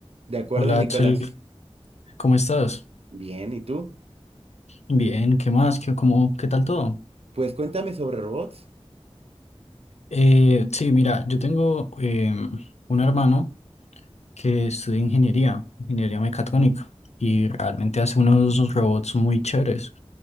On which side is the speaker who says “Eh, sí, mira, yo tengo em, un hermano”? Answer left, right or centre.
Left